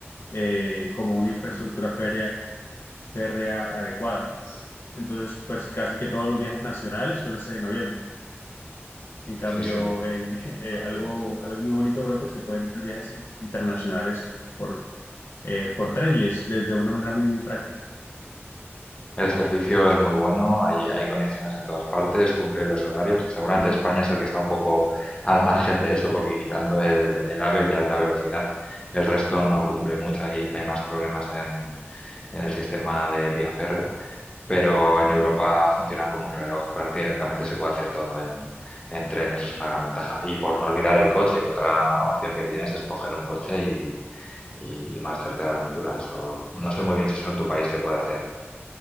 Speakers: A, on the left; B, on the left.
A: eh, como una infraestructura férrea, férrea adecuada. Entonces, pues casi que todos los viajes nacionales suelen ser en avión. En cambio,
B: Sí, sí,
A: en <laughs> eh,
B: lo entiendo.
A: algo, algo muy bonito de Europa es que pueden tener viajes in- internacionales eh, por tren y es de, de una manera muy, muy práctica.
B: El servicio es muy bueno, hay, hay conexiones en todas partes, cumple los horarios. Seguramente España es el que está un poco al margen de eso, porque quitando el, el AVE, el de alta velocidad, el resto no cumple mucho. Hay, hay más problemas en, en el sistema de vía férrea, pero en Europa funcionan como un reloj. Prácticamente se puede hacer todo en, en tren, eso es una gran ventaja. Y por no olvidar el coche, que otra opción que tienes es coger un coche y, y- y marcharte a la aventura. Eso no sé muy bien si eso en tu país se puede hacer.